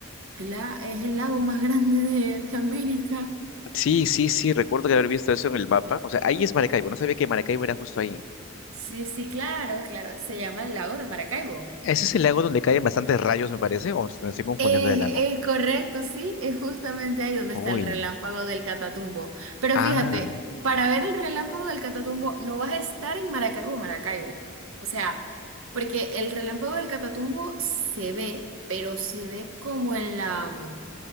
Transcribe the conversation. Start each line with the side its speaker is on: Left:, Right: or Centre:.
Right: cla- es el lago más <laughs> grande de, de América.
Left: Sí, sí, sí, recuerdo que haber visto eso en el mapa. O sea, ahí es Maracaibo, no sabía que Maracaibo era justo ahí.
Right: Sí, sí, claro, claro. Se llama el lago de Maracaibo.
Left: ¿Ese es el lago donde caen bastantes rayos, me parece? ¿O me estoy confundiendo
Right: Es,
Left: del lago?
Right: es correcto, sí, es justamente ahí donde
Left: Uy.
Right: está el relámpago del Catatumbo. Pero
Left: Ah,
Right: fíjate, para ver el relámpago del Catatumbo no vas a estar en Maracaibo, Maracaibo. O sea, porque el relámpago del Catatumbo se ve, pero se ve como en la, mm,